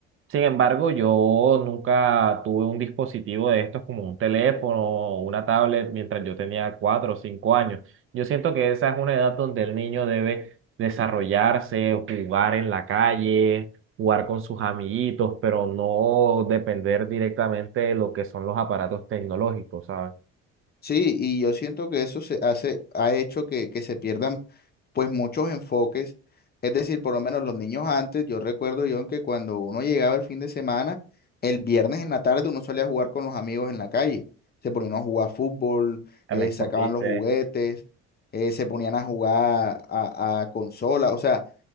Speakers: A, on the right (about 45°); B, on the left (about 30°).
A: Sin embargo, yo nunca tuve un dispositivo de estos como un teléfono o una tablet mientras yo tenía cuatro o cinco años. Yo siento que esa es una edad donde el niño debe desarrollarse, jugar en la calle, jugar con sus amiguitos, pero no depender directamente de lo que son los aparatos tecnológicos, ¿sabes?
B: Sí, y yo siento que eso se hace, ha hecho que, que se pierdan pues muchos enfoques. Es decir, por lo menos los niños antes, yo recuerdo yo que cuando uno llegaba el fin de semana, el viernes en la tarde uno salía a jugar con los amigos en la calle. Se ponían a jugar fútbol, eh,
A: El escondite.
B: sacaban los juguetes, eh, se ponían a jugar a, a consola. O sea,